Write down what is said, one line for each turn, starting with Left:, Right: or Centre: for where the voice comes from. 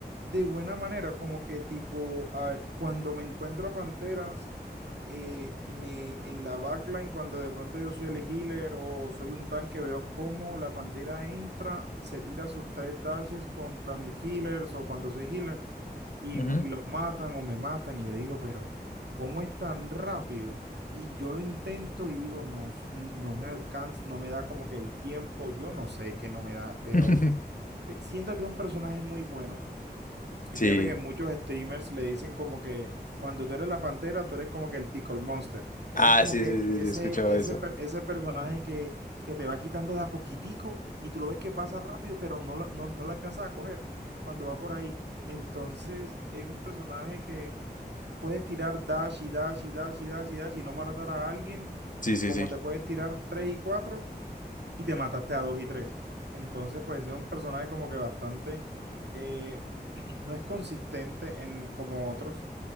Right: de buena manera, como que tipo, ah, cuando me encuentro a Panteras, eh, me, en la backline, cuando de pronto yo soy el healer o soy un tanque, veo cómo la Pantera entra, se tira sus tres dashes contra mis healers o cuando soy healer y,
Left: Ujú.
Right: y los matan o me matan. Y yo digo, pero ¿cómo es tan rápido? Y yo lo intento y digo, no, s- no me alcanza, no me da como que el tiempo, yo no sé que no me da, pero
Left: <laughs>
Right: pe- siento que es un personaje muy bueno y
Left: Sí.
Right: Fíjate que muchos streamers le dicen como que cuando tú eres la pantera, tú eres como que el Tickle Monster. Eres
Left: Ah,
Right: como
Left: sí,
Right: que
Left: sí, sí,
Right: ese,
Left: sí, he escuchado
Right: ese,
Left: eso.
Right: per- ese personaje que, que te va quitando de a poquitico y tú lo ves que pasa rápido, pero no, lo- no, no lo alcanzas a coger cuando va por ahí. Entonces es un personaje que puedes tirar dash y dash y dash y dash y dash y no matar a alguien,
Left: Sí, sí,
Right: como
Left: sí.
Right: te puedes tirar tres y cuatro y te mataste a dos y tres. Entonces, pues es un personaje como que bastante, eh, <clears throat> no es consistente en, como otros,